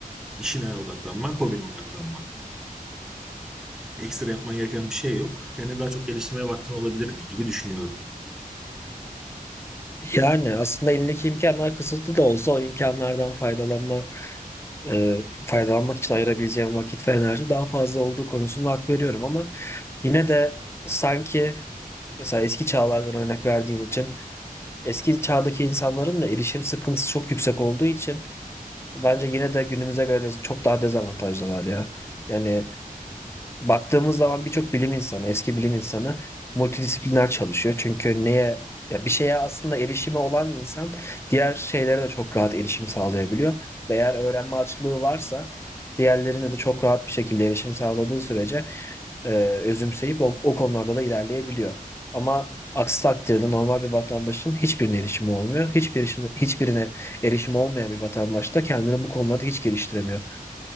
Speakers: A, in the centre; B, on the left.
A: İşine odaklanmak, hobine odaklanmak. Ekstra yapman gereken bir şey yok. Kendini daha çok geliştirmeye vaktin olabilirdi gibi düşünüyorum.
B: Yani aslında elindeki imkanlar kısıtlı da olsa o imkanlardan faydalanma, e, faydalanmak için ayırabileceğim vakit ve enerji daha fazla olduğu konusunda hak veriyorum ama yine de sanki mesela eski çağlardan örnek verdiğin için eski çağdaki insanların da erişim sıkıntısı çok yüksek olduğu için Bence yine de günümüze göre de çok daha dezavantajlılar ya. Yani baktığımız zaman birçok bilim insanı, eski bilim insanı multidisipliner çalışıyor. Çünkü neye ya bir şeye aslında erişimi olan insan diğer şeylere de çok rahat erişim sağlayabiliyor. Ve eğer öğrenme açlığı varsa diğerlerine de çok rahat bir şekilde erişim sağladığı sürece e, özümseyip o, o konularda da ilerleyebiliyor. Ama aksi takdirde
A: Evet.
B: normal bir vatandaşın hiçbirine erişimi olmuyor. Hiçbir işine- hiçbirine erişimi olmayan bir vatandaş da kendini bu konularda hiç geliştiremiyor.